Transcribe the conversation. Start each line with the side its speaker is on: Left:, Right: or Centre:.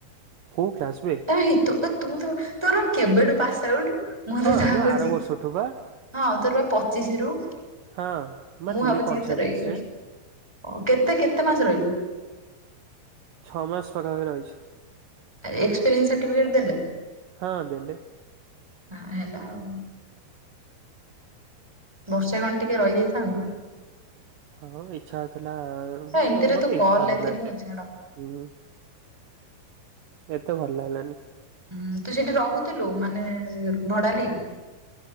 Right: କୋଉ କ୍ଲାସ ବେ?
Centre: ଏହି ତୁ ତୁ ତ ତୋର କେବେଠୁ ପାସ୍ ଆଉଟ୍। ମୁଁ
Right: ହଁ
Centre: ତ ଯାହା କହୁଚି
Right: ଆର ବର୍ଷଠୁ ବା
Centre: ହଁ ତୋର ବା ପଚିଶି ରୁ।
Right: ହଁ।
Centre: ମୁଁ
Right: ଥିଲି
Centre: ଭାବୁଚି
Right: କନସେଣ୍ଟ୍ରିକ୍ସ
Centre: କି ତୋର ଏଇ ବର୍ଷ
Right: ରେ
Centre: ଅ କେତେ କେତେ ମାସ ରହିଲୁ?
Right: ଛଅ ମାସ ପାଖାପାଖି ରହିଛି।
Centre: ଏକ୍ସପେରିୟନ୍ସ ସାର୍ଟିଫିକେଟ ଦେଲେ?
Right: ହଁ ଦେଲେ।
Centre: ହଁ ହେଲା ଆଉ। ବର୍ଷେ କଣ ଟିକେ ରହିଯାଇଥାନ୍ତୁ।
Right: ଆଉ ଇଚ୍ଛା ହଉଥିଲା ଏ
Centre: ଏମିତିରେ
Right: ମତେ
Centre: ତୁ
Right: ଇଚ୍ଛା
Centre: କଲରେ
Right: ହଉ ନଥିଲା
Centre: ଥିଲୁ
Right: ଏତେ।
Centre: ଛାଡ
Right: ହୁଁ ଏତେ ଭଲ ଲାଗିଲାନି।
Centre: ଉଁ ତୁ ସେଠି ରହୁଥିଲୁ ମାନେ ଭଡା ନେଇକି?